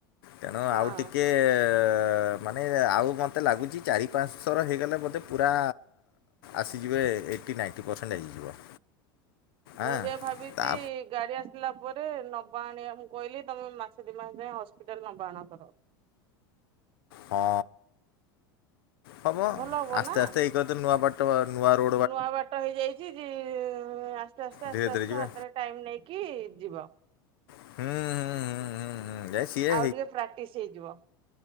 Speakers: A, on the left; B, on the right.
A: ତେଣୁ
B: ହଁ
A: ଆଉ ଟିକେ ଏଁ ଏଁ ଏଁ ମାନେ ଆଉ ମୋତେ ଲାଗୁଛି ଚାରି ପାଞ୍ଚ ଥର ହେଇଗଲେ ମୋତେ ପୁରା ଆସିଯିବେ ଏଟି ନାଇଣ୍ଟି ପରସେଣ୍ଟ ହେଇଯିବ।
B: ମୁଁ
A: ଆଁ
B: ସେଇଆ ଭାବିଛି
A: ତା
B: ଗାଡି ଆସିଲା ପରେ ନବା ଆଣିବା ମୁଁ କହିଲି ତମେ ମାସେ ଦି ମାସ ଯାଏ ହସ୍ପିଟାଲ ନବା ଆଣା କର।
A: ହଁ ହବ
B: ଭଲ ହବ
A: ଆସ୍ତେ
B: ନା
A: ଆସ୍ତେ ଏଇ କ ତ ନୂଆ ବାଟ ନୂଆ ର
B: ନୂଆ ବାଟ ହେଇଯାଇଛି ଯେ ଆସ୍ତେ ଆସ୍ତେ
A: ଧୀରେ
B: ଆସ୍ତେ
A: ଧୀରେ
B: ଆସ୍ତେ
A: ଯିବେ।
B: ହାତରେ ଟାଇମ ନେଇକି ଯିବ।
A: ହୁଁ ହୁଁ ହୁଁ ହୁଁ ହୁଁ ଯାଇ ସିଏ
B: ଆଉ ଟିକେ ପ୍ରାକ୍ଟିସ ହେଇଯିବ।